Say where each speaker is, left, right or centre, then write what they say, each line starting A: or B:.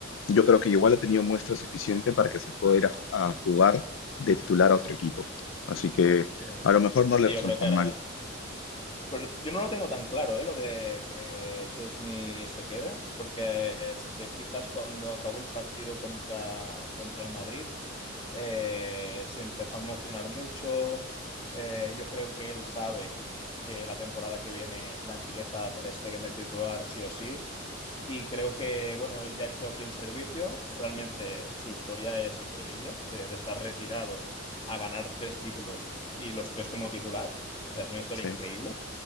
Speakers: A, on the left; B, on the left.
A: yo creo que igual ha tenido muestra suficiente para que se pueda ir a, ju- a jugar de titular a otro equipo. Así que
B: Sí.
A: a lo mejor no le
B: y
A: resulta
B: yo creo
A: tan
B: que era
A: mal.
B: eso. Pues yo no lo tengo tan claro, ¿eh? Lo de que Chesney se quede, porque eh, si te fijas, cuando acabó el partido contra, contra el Madrid, eh, se empezó a emocionar mucho. Eh, yo creo que él sabe que la temporada que viene la empieza Ter Stegen de titular sí o sí. Y creo que, bueno, él ya ha hecho aquí el servicio. Realmente su historia es increíble, de, de estar retirado a ganar tres títulos y los tres como titular. O sea, es una historia
A: Sí,
B: increíble.